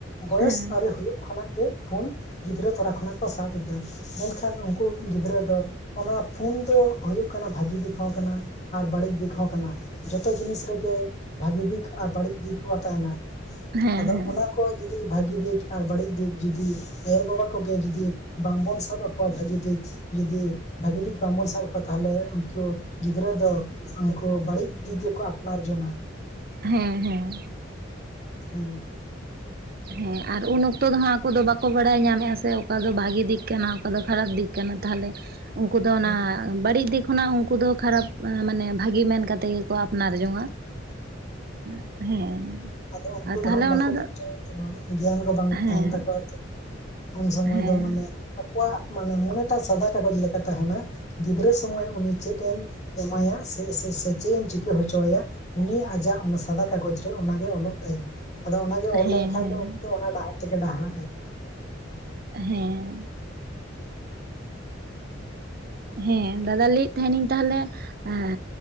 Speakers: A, on the left; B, on the right.
A: ᱵᱚᱭᱚᱥ
B: ᱦᱮᱸ
A: ᱟᱹᱣᱨᱤ ᱦᱩᱭᱩᱜ ᱠᱷᱚᱱᱟᱜ ᱜᱮ ᱯᱷᱳᱱ ᱜᱤᱫᱽᱨᱟᱹ ᱛᱚᱨᱟ ᱠᱷᱚᱱᱟᱜ ᱠᱚ ᱥᱟᱵ ᱮᱫᱟ᱾ ᱢᱮᱱᱠᱷᱟᱱ ᱩᱱᱠᱩ ᱜᱤᱫᱽᱨᱟᱹ ᱫᱚ ᱚᱱᱟ ᱯᱷᱩᱱ ᱫᱚ ᱦᱩᱭᱩᱜ ᱠᱟᱱᱟ ᱵᱷᱟᱹᱜᱤ ᱫᱤᱠ ᱦᱚᱸ ᱠᱟᱱᱟ᱾ ᱟᱨ ᱵᱟᱹᱲᱤᱡ ᱫᱤᱠ ᱦᱚᱸ ᱠᱟᱱᱟ᱾ ᱡᱷᱚᱛᱚ ᱡᱤᱱᱤᱥ ᱨᱮᱜᱮ ᱵᱷᱟᱹᱜᱤ ᱫᱤᱠ ᱟᱨ ᱵᱟᱹᱲᱤᱡ ᱫᱤᱠ ᱠᱚᱦᱚᱸ ᱛᱟᱦᱮᱱᱟ
B: ᱦᱮᱸ
A: ᱟᱫᱚ
B: ᱦᱮᱸ
A: ᱚᱱᱟ ᱟᱠᱚᱣᱟᱜ ᱡᱩᱫᱤ ᱵᱷᱟᱜᱤ ᱫᱤᱠ ᱟᱨ ᱵᱟᱹᱲᱤᱡ ᱫᱤᱠ ᱡᱩᱫᱤ, ᱟᱭᱳᱼᱵᱟᱵᱟ ᱠᱚᱜᱮ ᱡᱩᱫᱤ ᱵᱟᱝᱵᱚᱱ ᱥᱟᱵ ᱟᱠᱚᱣᱟ ᱵᱷᱟᱹᱜᱤ ᱫᱤᱠ, ᱡᱩᱫᱤ ᱵᱷᱟᱜᱤ ᱫᱤᱠ ᱵᱟᱝᱵᱚᱱ ᱥᱟᱵ ᱟᱠᱚᱣᱟ ᱛᱟᱦᱚᱞᱮ ᱩᱱᱠᱩ ᱜᱤᱫ ᱜᱤᱫᱽᱨᱟᱹ ᱫᱚ ᱩᱱᱠᱩ ᱵᱟᱹᱲᱤᱡ ᱫᱤᱠ ᱜᱮᱠᱚ ᱟᱯᱱᱟᱨ ᱡᱚᱝ-ᱟ᱾
B: ᱦᱮᱸ ᱦᱮᱸ᱾
A: ᱦᱮᱸ᱾
B: ᱦᱮᱸ ᱟᱨ ᱩᱱ ᱚᱠᱛᱚ ᱫᱚ ᱦᱟᱸᱜ ᱟᱠᱚ ᱫᱚ ᱵᱟᱠᱚ ᱵᱟᱲᱟᱭ ᱧᱟᱢᱮᱫᱼᱟ ᱥᱮ ᱚᱠᱟ ᱫᱚ ᱵᱷᱟᱜᱤ ᱫᱤᱠ ᱠᱟᱱᱟ᱾ ᱚᱠᱟ ᱫᱚ ᱠᱷᱟᱨᱟᱯ ᱫᱤᱠ ᱠᱟᱱᱟ ᱛᱟᱦᱚᱞᱮ ᱩᱱᱠᱩ ᱫᱚ ᱚᱱᱟ
A: ᱦᱮᱸ
B: ᱟᱸ ᱵᱟᱹᱲᱤᱡ ᱫᱤᱠ ᱦᱚᱸ ᱱᱟᱜ ᱩᱱᱠᱩ ᱫᱚ ᱠᱷᱟᱨᱟᱯ ᱢᱟᱱᱮ ᱵᱷᱟᱜᱤ ᱢᱮᱱ ᱠᱟᱛᱮᱫ ᱜᱮᱠᱚ ᱟᱯᱱᱟᱨ ᱡᱚᱝᱼᱟ᱾ ᱦᱮᱸᱜ ᱦᱮᱸ
A: ᱟᱫᱚ ᱩᱱᱠᱩ
B: ᱟᱨ ᱛᱟᱦᱚᱞᱮ
A: ᱫᱚ ᱦᱟᱸᱜ ᱵᱟᱠᱚ
B: ᱚᱱᱟ ᱫᱚ,
A: ᱵᱩᱡᱟ ᱛᱚ ᱜᱮᱭᱟᱱ ᱠᱚ ᱵᱟᱝ
B: ᱦᱮᱸ
A: ᱛᱟᱦᱮᱱ ᱛᱟᱠᱚᱣᱟ ᱛᱚ, ᱩᱱ ᱥᱚᱢᱚᱭ
B: ᱦᱮᱸ
A: ᱫᱚ ᱢᱟᱱᱮ, ᱟᱠᱚᱣᱟᱜ ᱢᱟᱱᱮ ᱢᱚᱱᱮᱴᱟᱜ ᱥᱟᱫᱟ ᱠᱟᱜᱚᱡᱽ ᱞᱮᱠᱟ ᱛᱟᱦᱮᱱᱟ ᱜᱤᱫᱽᱨᱟᱹ ᱥᱚᱢᱚᱭ ᱩᱱᱤ ᱪᱮᱫ ᱮᱢ ᱮᱢᱟᱭᱟ ᱥᱮ ᱥᱮᱥᱮ ᱥᱮ ᱪᱮᱫ ᱮᱢ ᱪᱤᱠᱟᱹ ᱦᱚᱪᱚ ᱟᱭᱟ ᱩᱱᱤ ᱟᱡᱟᱜ ᱚᱱᱟ ᱥᱟᱫᱟ ᱠᱟᱜᱚᱡᱽ ᱨᱮ ᱚᱱᱟᱜᱮ ᱚᱞᱚᱜ ᱛᱟᱭᱟ ᱟᱫᱚ ᱚᱱᱟᱜᱮ ᱚᱞ
B: ᱦᱮᱸ
A: ᱞᱮᱱᱠᱷᱟᱱ
B: ᱦᱮᱸ
A: ᱫᱚ ᱩᱱᱤ ᱫᱚ ᱚᱱᱟ ᱰᱟᱦᱟᱨ ᱛᱮᱜᱮ ᱰᱟᱦᱟᱨᱟᱜ ᱟᱭ᱾
B: ᱦᱮᱸ, ᱦᱮᱸ ᱫᱟᱫᱟ ᱞᱟᱹᱭᱮᱫ ᱛᱟᱦᱮᱱᱤᱧ ᱛᱟᱦᱞᱮ ᱮᱸ